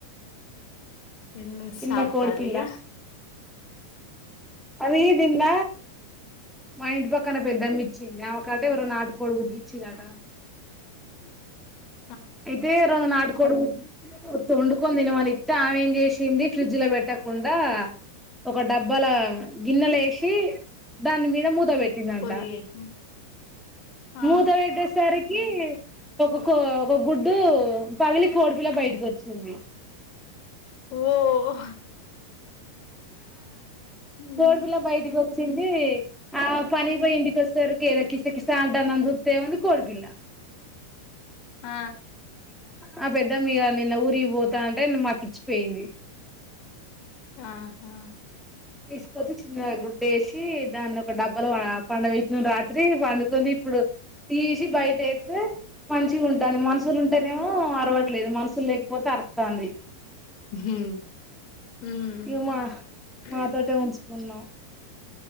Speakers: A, on the left; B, in the centre.
A: ఎన్ని
B: చిన్న
A: సాకుతారు
B: కోడిపిల్ల
A: ఇగ
B: అది నిన్న మా ఇంటి పక్కన పెద్దమ్మ ఇచ్చింది ఆమెకట ఎవరో నాటుకోడు గుడ్లి ఇచ్చింరట
A: <inaudible>
B: అయితే రొండు నాటుకోడి గు తో వండుకొని తినమని ఇత్తే ఆమె ఏం చేసింది ఫ్రిడ్జ్ ల పెట్టకుండా ఒక డబ్బల గిన్నెల వేసి దాని మీద మూత పెట్టిందంట
A: పొదిగేసి ఆ
B: మూత పెట్టేసరికి ఒక కో ఒక గుడ్డు పగిలి కోడిపిల్ల బయటకి వచ్చింది
A: ఓ హ్మ్.
B: కోడి పిల్ల బయటికి వచ్చింది ఆమె పనికి పోయి ఇంటికి వచ్చేసరికి ఏదో కిసకిస అంటదని చూత్తే ఏముంది కోడి పిల్ల <inaudible>
A: ఆ
B: ఆ పెద్దమ్మ ఇగ నిన్న ఊరికి పోతంటె మాకు ఇచ్చి పోయింది
A: ఆహా
B: తీసుకొచ్చి చిన్న గుడ్డేసి దాన్ని ఒక డబ్బల పా పండబెట్టినం రాత్రి పండుకొని ఇప్పుడు తీసి బయట ఎత్తే మంచిగా ఉంటాంది మనుషులు ఉంటేనేమో అరవట్లేదు మనుషులు లేకపోతే అర్థాంధి
A: మ్మ్
B: ఇగ మా మాతోటే ఉంచుకున్నాం